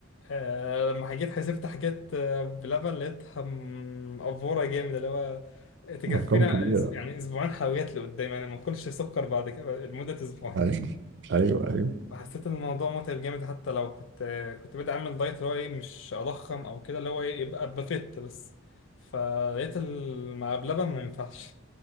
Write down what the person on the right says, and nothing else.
ارقام كبيره
ايوه ايوه ايوه